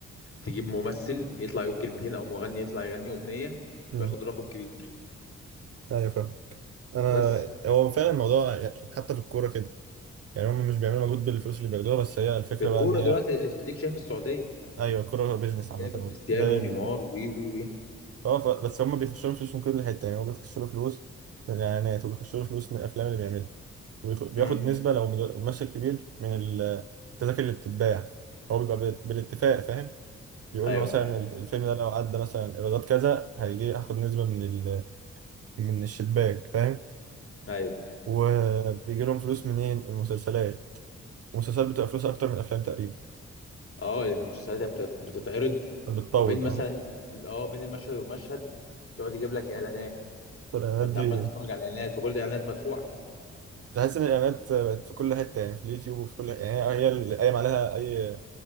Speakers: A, on the left (about 45°); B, on the right (about 50°).
A: تجيب ممثل يطلع يقول كلمتين او مغني يطلع يغني اغنيه
B: امم
A: وياخد رقم كبير
B: ايوه فاهم انا
A: بس
B: هو فعلا الموضوع حتى في الكوره كده يعني هم مش بيعملوا مجهود بالفلوس اللي بياخدوها بس هي الفكره
A: الكوره
B: بقى ان هي
A: دلوقتي اديك شايف السعوديه
B: ايوه الكوره بيزنس عامه
A: جايبه كريستيانو
B: زي
A: ونيمار
B: ال
A: وي وي وي
B: اه ف... بس هم بيخشوا لهم فلوس من كل حته يعني هو بيخشوا له فلوس من الاعلانات وبيخشوا له فلوس من الافلام اللي بيعملها وبيخ- بياخد
A: امم
B: نسبه لو مد- ممثل كبير من التذاكر اللي بتتباع هو بيبقى بال- بالاتفاق فاهم بيقول
A: ايوه
B: له مثلا
A: طبعا
B: الف- الفيلم ده لو عدى مثلا ايرادات كذا هيجي اخد نسبة من ال... من الشباك فاهم
A: ايوه
B: وبيجي لهم فلوس منين المسلسلات المسلسلات بتبقى فلوس اكتر من الافلام تقريبا
A: اه لان المسلسلات هي بتت- بتتعرض
B: بتطول
A: وبين مثلا
B: اه
A: اه بين المشهد والمشهد يقعد يجيب لك اعلانات
B: الاعلانات
A: فانت
B: دي
A: عمال تتفرج على الاعلانات وكل دي اعلانات مدفوعه
B: تحس ان الاعلانات بقت في كل حتة يعني في اليوتيوب وفي كل يعني هي اللي قايم عليها اي